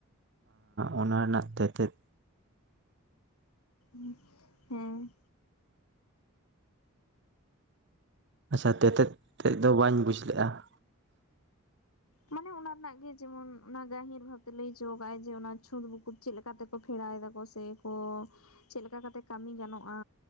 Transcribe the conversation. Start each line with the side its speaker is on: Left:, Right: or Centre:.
Right: ᱚᱱᱟ ᱨᱮᱱᱟᱜ ᱛᱮᱛᱮᱫ
Left: ᱦᱩᱸ ᱾ ᱦᱮᱸ ᱾
Right: ᱟᱪᱪᱷᱟ, ᱛᱮᱛᱮᱫ ᱛᱮᱫ ᱫᱚ ᱵᱟᱹᱧ ᱵᱩᱡᱽ ᱞᱮᱜᱼᱟ ᱾
Left: ᱢᱟᱱᱮ ᱚᱱᱟ ᱨᱮᱱᱟᱜ ᱜᱮ ᱡᱮᱢᱚᱱ ᱚᱱᱟ ᱜᱟᱹᱦᱤᱨ ᱵᱷᱟᱵᱛᱮ ᱞᱟᱹᱭ ᱦᱚᱪᱚ ᱠᱟᱜᱟᱭ ᱡᱮ ᱚᱱᱟ ᱪᱷᱩᱸᱛ ᱵᱩᱠᱩᱫ ᱪᱮᱫ ᱞᱮᱠᱟ? ᱠᱟᱛᱮ ᱠᱚ ᱠᱷᱮᱲᱟᱭ ᱫᱟ ᱠᱚ ᱥᱮ ᱠᱚ, ᱪᱮᱫ ᱞᱮᱠᱟ ᱠᱟᱛᱮ ᱠᱟᱹᱢᱤ ᱜᱟᱱᱚᱜᱼᱟ?